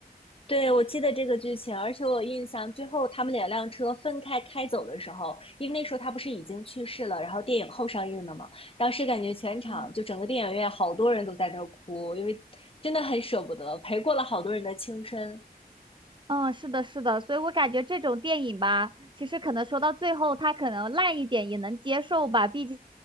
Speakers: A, on the left; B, on the right.
A: 对，我记得这个剧情，而且我有印象最后他们两辆车分开开走的时候，因为那时候他不是已经去世了，然后电影后上映的嘛，当时感觉全场就整个电影院好多人都在那儿哭，
B: 嗯
A: 因为真的很舍不得，陪过了好多人的青春。
B: 嗯，是的，是的，所以我感觉这种电影吧，其实可能说到最后，他可能烂一点也能接受吧，毕竟